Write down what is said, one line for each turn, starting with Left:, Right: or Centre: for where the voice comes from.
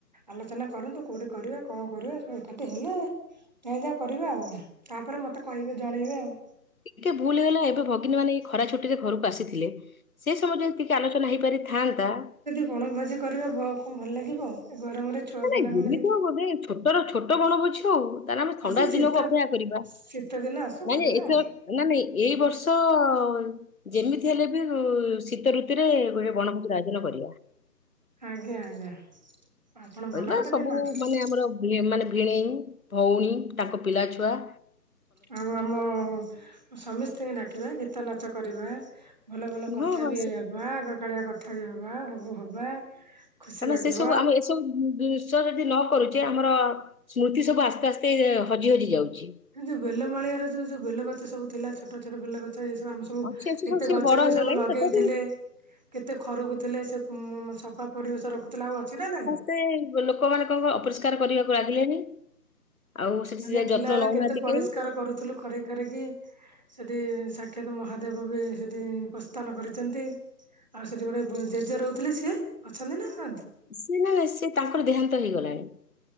Right: ଆଲୋଚନା କରନ୍ତୁ କୋଉଠି କରିବା କଣ କରିବା ସବୁ ଏକାଠି ହେଲେ ତାଇଁ ଯା କରିବା ଆଉ ତାପରେ ମତେ କହିବେ ଜଣେଇବେ ଆଉ।
Left: ଟିକେ ଭୁଲ ହେଇଗଲା ଏବେ ଭଗିନୀ ମାନେ ଏଇ ଖରା ଛୁଟି ରେ ଘରକୁ ଆସିଥିଲେ ସେ ସମୟ ଯ ଦି ଟିକେ ଆଲୋଚନା ହେଇପାରିଥାନ୍ତା
Right: ବଣ ଭୋଜି କରିବା କା କଣ ଭଲ ଲାଗିବ ଏ ଗରମରେ। ଛୁଆ
Left: ମାନେ
Right: ପିଲାଙ୍କୁ
Left: ଏମିତି
Right: ନେଇକି।
Left: ଆଉ ବଧେ ଛୋଟ ର ଛୋଟ ବଣ ଭୋଜି ହଉ ତାହେଲେ ଆମେ
Right: ଆସ
Left: ଥଣ୍ଡା
Right: ଶୀତ
Left: ଦିନକୁ ଅପେକ୍ଷା କରିବା।
Right: ଶୀତ ଦିନ ଆସୁ
Left: ନାଇଁ
Right: କରିବା।
Left: ନାଇଁ ଏଥର ନା ନାଇଁ ଏଇ ବର୍ଷ-ଅ-ଅ-ଅ-ଅ ଯେମିତି ହେଲେ ବି-ଇ-ଇ-ଇ ଶୀତ ଋତୁରେ ଗୋଟେ ବଣଭୋଜି ଆୟୋଜନ କରିବା।
Right: ଆଜ୍ଞା ଆଜ୍ଞା। ଆପଣ ଭଲ
Left: କରିବା
Right: କଥା
Left: ସବୁ
Right: ଟିକେ କହିଛନ୍ତି
Left: ମାନେ ଆମର ଏ ମାନେ ଭିଣେଇ, ଭଉଣୀ ତାଙ୍କ ପିଲାଛୁଆ।
Right: ଆଉ ଆମ-ଅ-ଅ-ଅ ସମସ୍ତେଙ୍କୁ ଡାକିବା ଗୀତ ନାଚ କରିବା। ଭଲ ଭଲ କଥା
Left: ହଁ ହଁ
Right: ବି
Left: ସେ
Right: ହବା ଆଗ କାଳିଆ କଥା ବି ହବା ସବୁ ହବା। ଖୁସି
Left: କାରଣ
Right: ଲାଗିବ।
Left: ସେ ସବୁ ଆମ ଏସବୁ-ଉ-ଉ-ଉ ଷ ଯଦି ନ କରୁଛେ ଆମର-ଅ-ଅ ସ୍ମୃତି ସବୁ ଆସ୍ତେ ଆସ୍ତେ ହଜି ହଜି ଯାଉଛି।
Right: ଏଇ ଯୋଉ ବେଲମାଳିଆରେ ଯେ ଯୋଉ ବେଲ ଗଛ ସବୁ ଥିଲା ଛୋଟ ଛୋଟ ବେଲ ଗଛ ଏଇ ସବୁ ଆମ ସ ବୁ
Left: ଅଛି ଅଛି
Right: କେତେ
Left: ସବୁ ସେ
Right: ଗଛ
Left: ବଡ
Right: ବି
Left: ହେଇଗଲାଣି
Right: ସବୁ ଲଗେଇଥିଲେ।
Left: ତଥାପି
Right: କେତେ ଖରକୁ ଥିଲେ। ସେ ଉ-ଉ-ଉମ୍ ସଫା ପରିବେଶ ରଖୁଥିଲେ ଆଉ ଅଛି ନା ନାଇଁ?
Left: ତେ ଲୋକମାନାନଙ୍କ ଅପରିଷ୍କାର କରିବାକୁ ଲାଗିଲେଣିି। ଆଉ ସେଠି
Right: ଆମେ
Left: ସେ ଯ
Right: ଥିଲାବେଳେ
Left: ଯତ୍ନ ନଉନାହାନ୍ତି
Right: କେତେ ପରିଷ୍କାର
Left: କେଇ।
Right: କରୁଥିଲୁ ଖରେଇ ଖାରିକି। ସେଠି ସାକ୍ଷାତ ମହାଦେବ ବି ସେଠି ପ୍ରସ୍ଥାନ କରିଛନ୍ତି। ଆଉ ସେଠି ଗୋଟେ ବ ଜେଜେ ରହୁଥିଲେ ସିଏ ଅଛନ୍ତି ନା ନାହାନ୍ତି?
Left: ସିଏ ନା ସିଏ ତାଙ୍କର ଦେହାନ୍ତ ହେଇଗଲାଣି।